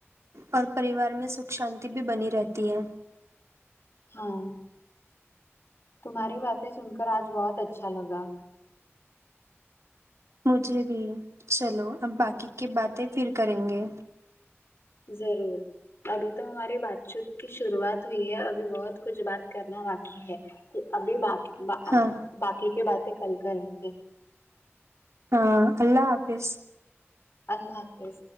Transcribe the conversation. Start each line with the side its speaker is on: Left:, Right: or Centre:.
Right: اور پریوار میں س شانتی بھی بنی رہتی ہے
Left: ہاں تمہاری باتیں سن کر آج بہت اچھا لگا
Right: مجھے بھی چلو اب باقی کی باتیں پھر کریں گے
Left: ضرور ابھی تو ہماری بات چیت کی شروعات ہوئی ہے ابھی بہت کچھ بات کرنا باقی ہے ابھی باقی
Right: ہاں
Left: باقی کی باتیں کل کریں گے
Right: ہاں اللہ حافظ
Left: اللہ حافظ